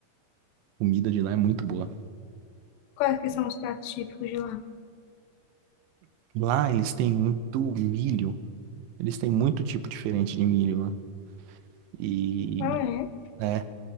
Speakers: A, on the right; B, on the left.
A: A comida de lá é muito boa.
B: Quais que são os pratos típicos de lá?
A: Lá eles têm muito milho. Eles têm muito tipo diferente de milho lá. E,
B: Ah, é?
A: né,